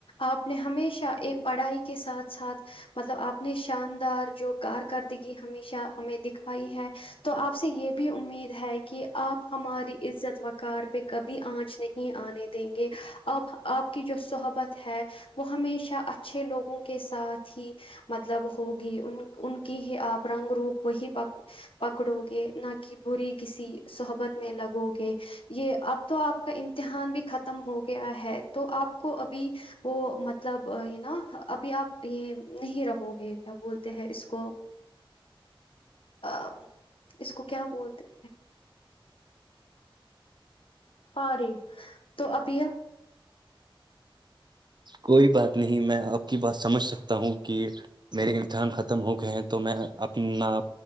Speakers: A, on the left (about 75°); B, on the right (about 50°).
A: آپ نے ہمیشہ ایک پڑھائی کے ساتھ ساتھ مطلب آپ نے شاندار جو کارکردگی ہمیشہ ہمیں دکھائی ہے تو آپ سے یہ بھی امید ہے کہ آپ ہماری عزت وقار پہ کبھی بھی آنچ نہیں آنے دیں گے آ آپ کی جو صحبت ہے وہ ہمیشہ اچھے لوگوں کے ساتھ ہی مطلب ہوگی ان کی ہی آپ رنگ روپ وہی پکڑو گے نہ کہ بری کسی صحبت میں لگو گے یہ آپ تو آپ کا امتحان بھی ختم ہو گیا ہے تو آپ کو ابھی وہ مطلب یہ نا ابھی آپ یہ نہیں رہو گے کیا بولتے ہیں اس کو ا اس کو کیا بولتے ہیں ہار تو ابیا
B: کوئی بات نہیں میں آب کی بات سمجھ سکتا ہوں کہ میرے امتحان ختم ہو گئے ہیں تو میں اپنا